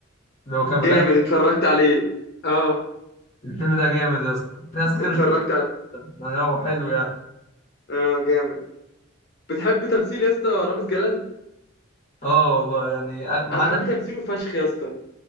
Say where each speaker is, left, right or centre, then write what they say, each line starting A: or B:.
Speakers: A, on the left; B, on the left.
A: اللي هو كان
B: جامد
A: بيغني
B: اتفرجت عليه اه
A: الفيلم ده جامد يا اسطى في ناس كتير
B: اتفرجت
A: مش بتحبه
B: عليه
A: يعني هو حلو يعني
B: اه جامد بتحب تمثيل يا اسطى رامز جلال
A: اه والله يعني أغ- معانا
B: انا بحب تمثيله فشخ يا اسطى